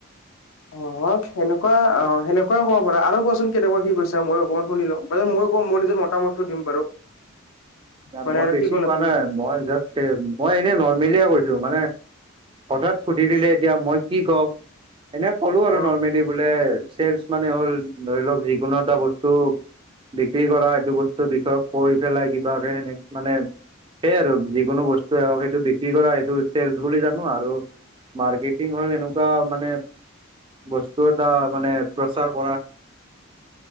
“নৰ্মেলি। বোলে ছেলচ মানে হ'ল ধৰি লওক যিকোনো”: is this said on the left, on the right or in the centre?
Right